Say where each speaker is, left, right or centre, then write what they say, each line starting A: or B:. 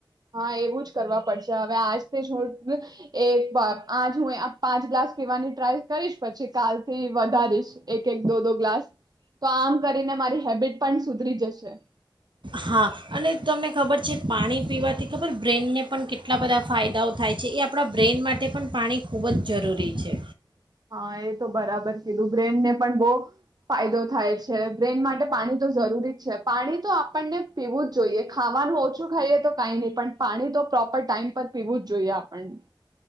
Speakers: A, on the right; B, on the right.
A: હા એવું જ કરવા પડશે હવે આજથી હું એ આજ હું પાંચ ગ્લાસ પીવાની ટ્રાય કરીશ. પછી કાલથી વધારીશ એક એક દો દો ગ્લાસ તો આમ કરીને મારી હેબિટ પણ સુધરી જશ <unintelligible>
B: હા અને તમને ખબર છે પાણી પીવાથી ખબર બ્રેનને પણ કેટલા બધા ફાયદાઓ થાય છે, એ આપણા બ્રેન માટે પણ પાણી ખૂબ જ જરૂરી છે.
A: હા એ તો બરાબર કીધું બ્રેનને પણ બહુ ફાયદો થાય બ્રેન માટે પાણી તો જરૂરી જ છે પાણી તો આપણને પીવું જ જોઈએ, ખાવાનું ઓછું ખાઈએ તો કઈ નહી પણ પાણી તો પ્રોપર ટાઈમ પર પીવું જ જોઈએ આપણને.